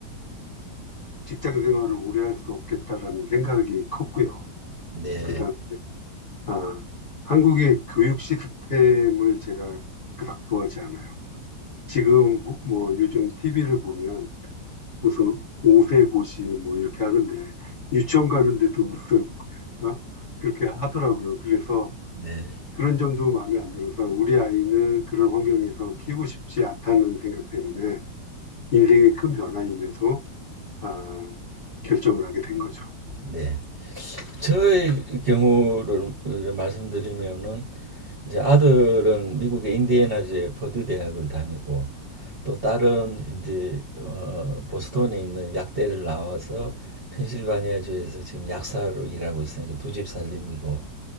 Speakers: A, on the left; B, on the right.
A: 직장 생활을 오래 할 수 없겠다라는 생각이 컸고요.
B: 네,
A: 그다음에 아, 한국의 교육 시스템을 제가 그닥 좋아하지 않아요. 지금 뭐, 뭐 요즘 TV를 보면 무슨 오세고시 뭐 이렇게 하는데 유치원 가는데도 무슨 어? 그렇게 하더라고요. 그래서
B: 네,
A: 그런 점도 마음에 안 들어서 우리 아이는 그런 환경에서 키우고 싶지 않다는 생각 때문에 인생의 큰 변화임에도 아, 결정을 하게 된 거죠.
B: 네. 저의 경우를 말씀드리면은 이제 아들은 미국의 인디애나주의 퍼듀 대학을 다니고 또 다른 이제 어, 보스턴에 있는 약대를 나와서 펜실바니아주에서 지금 약사로 일하고 있으니까 두 집 살림이고